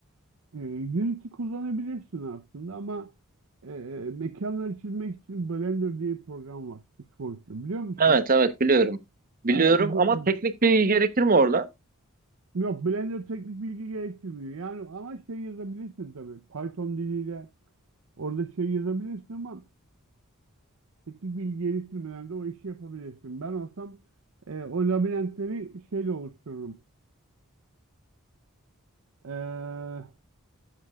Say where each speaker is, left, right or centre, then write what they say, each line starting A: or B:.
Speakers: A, on the right; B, on the right.
A: Ee, Unity kullanabilirsin aslında ama e, mekanları çizmek için Blender diye bir program var. Üç boyutlu. Biliyor musun?
B: Evet evet biliyorum. Biliyorum
A: Ee, bu-
B: ama teknik bilgi gerekir mi orada?
A: yok Blender teknik bilgi gerektirmiyor. Yani ama şey yazabilirsin tabii. Python diliyle orada şey yazabilirsin ama teknik bilgi gerektirmeden de o işi yapabilirsin. Ben olsam e, o labirentleri şeyle oluştururum. Ee,